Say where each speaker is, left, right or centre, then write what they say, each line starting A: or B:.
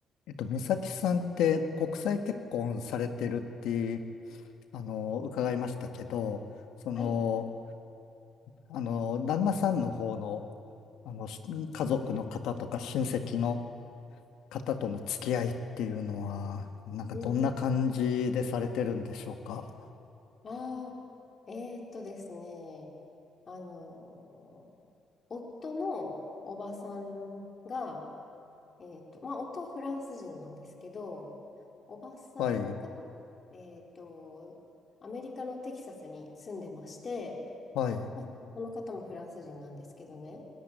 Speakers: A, on the left; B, on the left.
A: えっと、美咲さんって国際結婚されてるって、あの、伺いましたけど、その、
B: はい。
A: あの、旦那さんの方の、あの、し家族の方とか親戚の方との付き合いっていうのは、なんかどんな感じでされてるんでしょうか。
B: うん。ああ、えーっとですね。あのー、夫のおばさんが、えーっと、まあ、夫はフランス人なんですけど、おばさんが、
A: はい、
B: えーっと、アメリカのテキサスに住んでまして、
A: はい、
B: まあ、この方もフランス人なんですけどね。